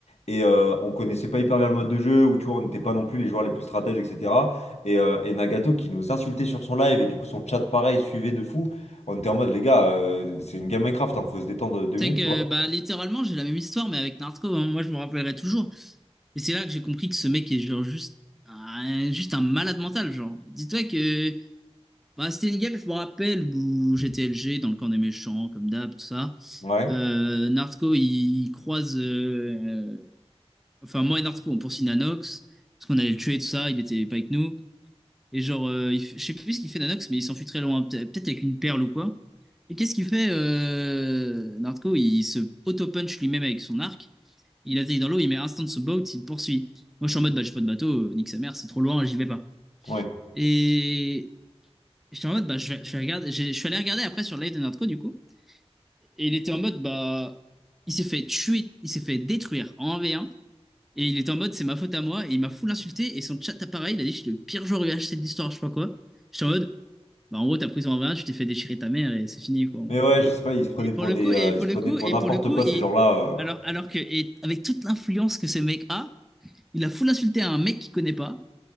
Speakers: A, on the left; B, in the centre.
A: Et euh, on connaissait pas hyper bien le mode de jeu, où tu vois, on n'était pas non plus les joueurs les plus stratèges, etc. Et, euh, et Nagato qui nous insultait sur son live, et du coup son chat pareil suivait de fou. On était en mode, les gars, euh, c'est une game Minecraft, hein, faut se détendre deux
B: C'est
A: minutes,
B: que,
A: tu vois.
B: bah, littéralement, j'ai la même histoire, mais avec Naruto, hein. Moi, je me rappellerai toujours. Et c'est là que j'ai compris que ce mec est genre juste, un- juste un malade mental, genre. Dis-toi que, bah, c'était une game, je me rappelle, où j'étais LG dans le camp des méchants, comme d'hab, tout ça.
A: Ouais,
B: Euh, Naruto, il, il croise euh, Enfin, moi et Narco, on poursuit Nanox, parce qu'on allait le tuer, tout ça, il était pas avec nous. Et genre, euh, il f- je sais plus ce qu'il fait Nanox, mais il s'enfuit très loin, peut- peut-être avec une perle ou quoi. Et qu'est-ce qu'il fait euh... Narco, il se auto-punch lui-même avec son arc. Il atterrit dans l'eau, il met instant ce boat, il poursuit. Moi, je suis en mode, bah, j'ai pas de bateau, euh, nique sa mère, c'est trop loin, j'y vais pas.
A: ouais.
B: Et j'étais en mode, bah, je vais, je vais regarder, j'ai- je suis allé regarder après sur live de Nardco du coup. Et il était en mode, bah, il s'est fait tuer, il s'est fait détruire en 1v1. Et il était en mode, c'est ma faute à moi, et il m'a full insulté, et son chat appareil, il a dit, je suis le pire joueur UHC de l'histoire, je sais pas quoi. J'étais en mode, bah en gros, t'as pris ton 20, tu t'es fait déchirer ta mère, et c'est fini, quoi, en gros.
A: Mais ouais, je sais pas, ils se prenaient
B: Et pour
A: pour
B: le
A: des,
B: coup, et
A: euh,
B: pour
A: ils se prenaient
B: le coup,
A: pour
B: et
A: n'importe
B: pour le coup,
A: quoi,
B: et
A: ces gens-là.
B: alors,
A: euh.
B: alors que, et avec toute l'influence que ce mec a, il a full insulté à un mec qu'il connaît pas,